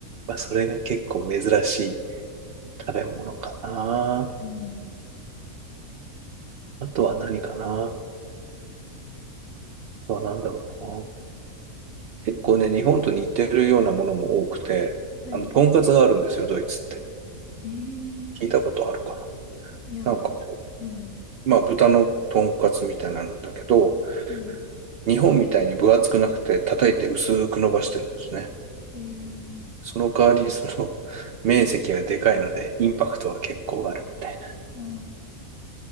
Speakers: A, on the right (about 60°); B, on the left (about 80°).
A: まあ、それが結構珍しい食べ物かな。
B: うん。
A: あとは何かな。あとは何だろうな。結構ね、日本と似てるようなものも多くて、
B: はい。
A: あの、とんかつがあるんですよ、ドイツって。
B: ええ
A: 聞いたことあるか
B: いや、
A: ななんか、
B: うん。
A: まあ、豚のとんかつみたいなんだけど、
B: うん。
A: 日本みたいに分厚くなくて、叩いて薄く伸ばしてるんですね。
B: ええ
A: その代わり、その、<laughs> 面積がでかいので、インパクトは結構あるみたいな。
B: ああ、